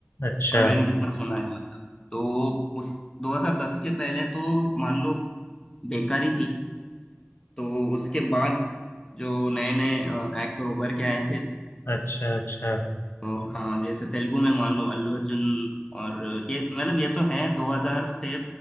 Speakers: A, on the left; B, on the left.
A: अच्छा
B: और मैंने जितना सुना है मतलब तो उस 2010 के पहले तो मान लो बेकारी थी तो उसके बाद जो नए नए एक्टर उभर के आए थे
A: अच्छा अच्छा
B: तो हाँ जैसे तेलुगु में मान लो अल्लू अर्जुन और ये मतलब ये तो हैं 2000 से